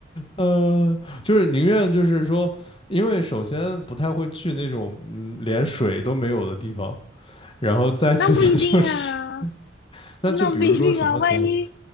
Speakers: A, on the left (about 30°); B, on the left (about 60°).
A: 呃，就是宁愿就是说，因为首先不太会去那种嗯连水都没有的地方，然后再其次就是，
B: 那不一定啊，
A: <laughs> 那就比如说什么情况，
B: <laughs> 那不一定啊，万一